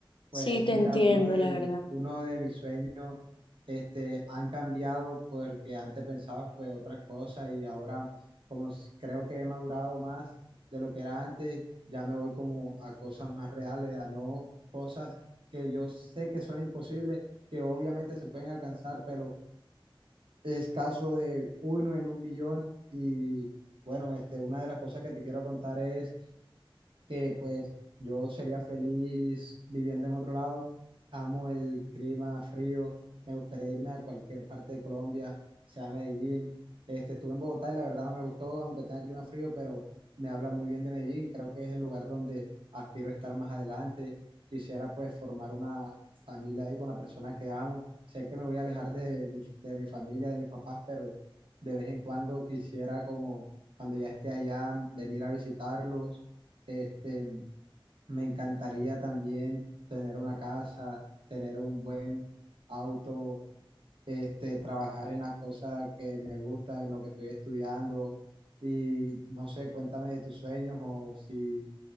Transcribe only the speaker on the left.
sí, te
entiendo,
la verdad.